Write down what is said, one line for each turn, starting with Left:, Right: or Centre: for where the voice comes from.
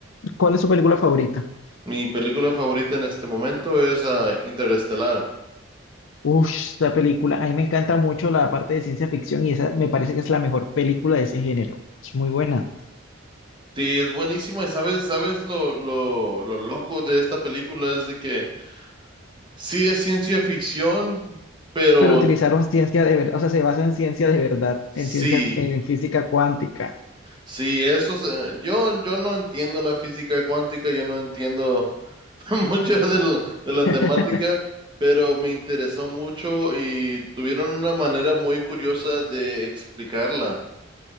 Left: ¿Cuál es tu película favorita?
Right: Mi película favorita en este momento es ah, Interestelar.
Left: Uf, esta película, a mí me encanta mucho la parte de ciencia ficción y esa me parece que es la mejor película de ese género. Es muy buena.
Right: Sí, es buenísima y sabes, sabes lo, lo, lo loco de esta película es de que sí es ciencia ficción, pero
Left: Pero utilizaron ciencia de verdad, o sea, se basa en ciencia de verdad,
Right: sí,
Left: en ciencia, en física cuántica.
Right: sí, eso es, eh, yo, yo no entiendo la física cuántica, yo no entiendo <laughs> mucho de la, de la
Left: <laughs>
Right: temática, pero me interesó mucho y tuvieron una manera muy curiosa de explicarla.